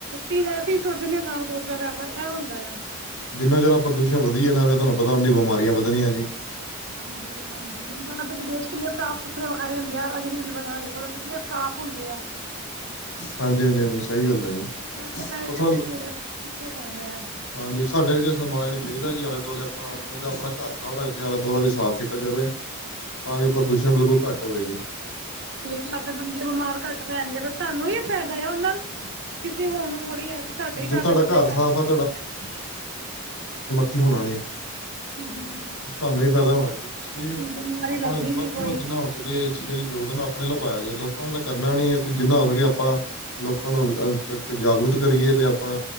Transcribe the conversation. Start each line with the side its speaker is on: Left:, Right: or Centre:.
Right: ਟੀ ਦਾਸੀ ਸੁੱਟ ਦਿੰਦੇ ਹ ਨਾ ਸੋਚਦਾਆਪ ਪਰ ਇਹ ਹੁੰਦਾ ਆ।
Left: ਜਿੰਨਾ ਜ਼ਦਾ ਪ੍ਰਦੂਸ਼ਣ ਵਧੀ ਜਾਨਾਂ ਫੇਰ ਤੁਹਾਨੂੰ ਪਤਾ ਉਨੀ ਬਿਮਾਰੀਆਂ ਵਧਣੀਆਂ ਜੀ।
Right: ਹਾਂਜੀ, ਹਾਂਜੀ, ਬਾਹਰ ਦੇ ਵਿਦੇਸ਼ ਕਿੰਨੇ ਸਾਫ਼-ਸੁਥਰੇ ਵਖਾਏ ਦਿੰਦੇ ਆ ਅਜ ਰੀਲ ਵਗੈਰਾ ਦੇਖੋ ਕਿਨੇ ਸਾਫ਼ ਹੁੰਦੇ ਐ।
Left: ਹਾਂਜੀ, ਹਾਂਜੀ, ਹਾਂਜੀ, ਸਹੀ ਗੱਲ ਆ ਜੀ,
Right: ਇਹ ਪਤਾ ਹੈ
Left: ਉਹਥੇ
Right: ਕਿ ਅਸੀਂ ਕੂੜੇ ਕਿੱਥੇ ਪਾਉਣਾ ਆ
Left: ਹਾਂਜੀ, ਸਾਡੇ ਅਰਗੇ ਸਮਾਜ ਚਾਹੀ ਦਾ ਜੀ, ਆਲੇ-ਦੁਆਲੇ ਆਪਾਂ ਆਪਣੇ ਆਪਣਾ ਘਰ ਸਾਫ਼ ਰੱਖਦੇ ਆ, ਆਲੇ ਦੁਆਲਾ ਵੀ ਸਾਫ਼ ਕੀਤਾ ਜਾਵੇ। ਤਾਂ ਕਿ ਪ੍ਰਦੂਸ਼ਣ ਬਿਲਕੁਲ ਘੱਟ ਹੋਵੇ ਜੀ
Right: ਘਰ ਦੇ ਬੰਦੇ ਬਿਮਾਰ ਘੱਟ ਪੈਣਗੇ ਸਾਨੂੰ ਹੀ ਫਾਇਦਾ ਆ ਉਹਨਾ ਕਿਸੇ ਹੋਰ ਨੂੰ ਥੋੜ੍ਹੀ ਏ, ਸਾਡੇ ਘਰ
Left: ਜੇ ਤੁਹਾਡਾ
Right: ਦੇ ਬੰਦੇ
Left: ਸਾਫ਼
Right: ਕਟ ਬੀਮਾਰ
Left: ਆ
Right: ਪੈਣਗੇ।
Left: ਕੀ ਹੋਣਾ ਨੇ
Right: ਜੀ ਜੀ।
Left: ਤੁਹਾਨੂੰ ਹੀ ਫੈਦਾ ਹੋਣਾ ਜੀ। ਇਸ ਲੀਏ
Right: ਬਿਮਾਰੀ
Left: ਆਪਣਾ
Right: ਲੱਗਣੀ
Left: ਵੱਧ
Right: ਨੀ ਕੋਈ
Left: ਤੋਂ ਵੱਧ, ਜਿੰਨਾ ਹੋ ਸਕੇ, ਇਸ ਚੀਜ਼ਾਂ ਚ ਯੋਗਦਾਨ ਆਪਣੇ ਵੱਲੋ ਪਾਯਾ ਜੇ। ਲੋਕਾਂ ਨੂੰ ਤਾਂ ਕਰਨਾ ਨੀ ਏ। ਤੇ ਜਿੰਨਾ ਹੋ ਸਕੇ, ਆਪਾਂ ਲੋਕਾਂ ਨੂੰ ਅ ਜਾਗਰੂਕ ਕਰੀਏ। ਤੇ ਆਪਾਂ